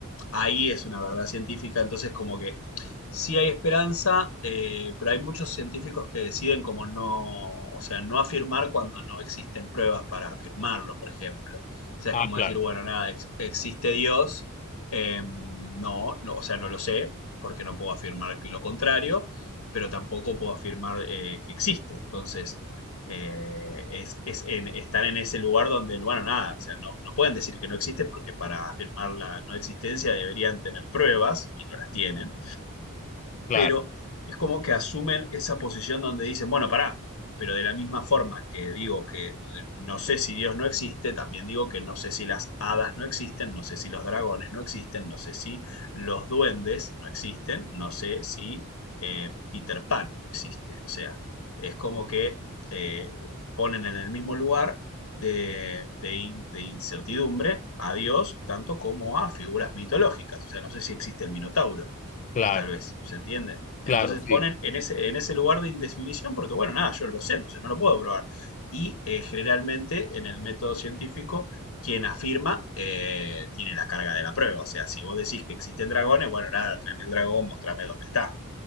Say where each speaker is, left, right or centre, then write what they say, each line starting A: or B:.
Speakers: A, on the left; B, on the left.
A: ahí es una verdad científica, entonces como que sí hay esperanza, eh, pero hay muchos científicos que deciden como no, o sea, no afirmar cuando no existen pruebas para afirmarlo, por ejemplo. O sea,
B: Ah,
A: es como
B: claro,
A: decir, bueno, nada, ex- existe Dios, eh, no, no, o sea, no lo sé, porque no puedo afirmar que lo contrario, pero tampoco puedo afirmar eh, que existe. Entonces, eh, es, es en- están en ese lugar donde, bueno, nada, o sea, no, no pueden decir que no existe porque para afirmar la no existencia deberían tener pruebas y no las tienen
B: claro,
A: pero es como que asumen esa posición donde dicen, bueno, pará, pero de la misma forma que digo que no sé si Dios no existe, también digo que no sé si las hadas no existen, no sé si los dragones no existen, no sé si los duendes no existen, no sé si eh, Peter Pan existe. O sea, es como que eh, ponen en el mismo lugar de, de, in- de incertidumbre a Dios, tanto como a figuras mitológicas. O sea, no sé si existe el Minotauro
B: claro,
A: Tal vez, ¿se entiende?
B: claro,
A: Entonces
B: sí.
A: ponen en ese, en ese lugar de indefinición porque, bueno, nada, yo no lo sé, entonces no lo puedo probar. Y eh, generalmente en el método científico, quien afirma eh, tiene la carga de la prueba. O sea, si vos decís que existen dragones, bueno, nada, tráeme el dragón, mostrame dónde está.